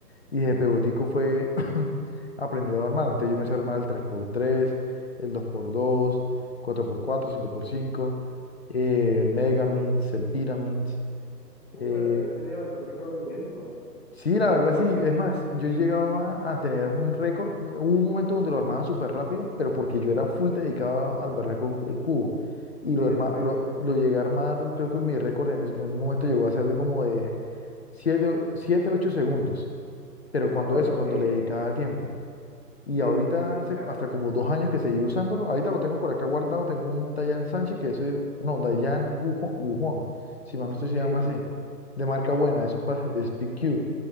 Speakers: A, on the left (about 40°); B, in the centre.
A: Y de Pebotico fue <clears throat> aprendiendo a armar. Entonces yo me sé armar el tres por tres, el dos por dos, cuatro por cuatro, cinco por cinco, eh, el Megamins, el Pyramins.
B: Uh,
A: eh,
B: pero entonces tiene bastante conocimiento,
A: sí, la verdad
B: porque
A: sí. Es
B: sí,
A: más, yo he llegado a, a tener un récord. Hubo un momento donde lo armaba súper rápido, pero porque yo era full dedicado al berraco el cubo. Y lo,
B: sí,
A: arma-
B: a la práctica.
A: lo, lo llegué a armar, creo que mi récord en, es- en un momento llegó a ser de como de 7 7 8 segundos. Pero cuando
B: Ah,
A: eso, cuando
B: qué bien.
A: le dedicaba tiempo. Y
B: Sí,
A: ahorita
B: sí, sí, sí,
A: hace
B: claro.
A: co- hasta como dos años que seguí usándolo. Ahorita lo tengo por acá guardado. Tengo un Dayan Sanchi que ese, no, Dayan Gujo- Gujón, si mal no estoy, se
B: Sí,
A: llama así, de marca buena, eso es, pa- es PQ,